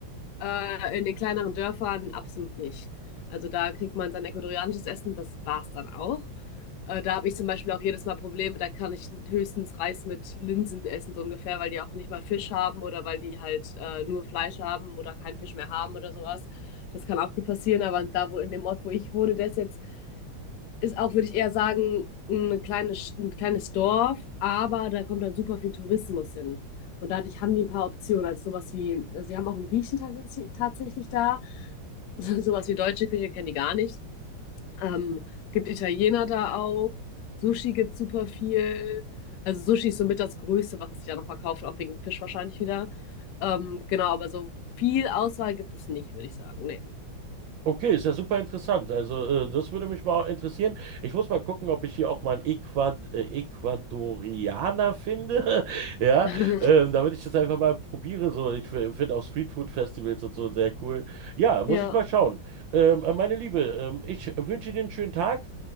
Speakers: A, on the left; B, on the right.
A: Äh, in den kleineren Dörfern absolut nicht. Also da kriegt man sein ecuadorianisches Essen, das war's dann auch. Äh, da habe ich zum Beispiel auch jedes Mal Probleme, da kann ich höchstens Reis mit Linsen essen, so ungefähr, weil die auch nicht mal Fisch haben oder weil die halt äh, nur Fleisch haben oder keinen Fisch mehr haben oder sowas. Das kann auch gut passieren, aber da, wo in dem Ort, wo ich wohne, der ist jetzt ist auch, würde ich eher sagen, eine kleine, Sch- ein kleines Dorf, aber da kommt halt super viel Tourismus hin. Und dadurch haben die ein paar Optionen. Also sowas wie, also die haben auch einen Griechen tatsächlich, tatsächlich da. <laughs> sowas wie deutsche Küche kennen die gar nicht. Ähm, gibt Italiener da auch. Sushi gibt super viel. Also Sushi ist somit das Größte, was sich da noch verkauft, auch wegen Fisch wahrscheinlich wieder. Ähm, genau, aber so viel Auswahl gibt es nicht, würde ich sagen. Nee.
B: Okay, ist ja super interessant. Also, äh, das würde mich mal interessieren. Ich muss mal gucken, ob ich hier auch mal einen Ecuad äh, Ecuadorianer finde. <laughs> Ja,
A: <laughs>
B: ähm, damit ich das einfach mal probiere. So, ich f- finde auch Streetfood-Festivals und so sehr cool. Ja, muss
A: Ja.
B: ich mal schauen. Ähm, äh, meine Liebe, ähm, ich wünsche dir einen schönen Tag.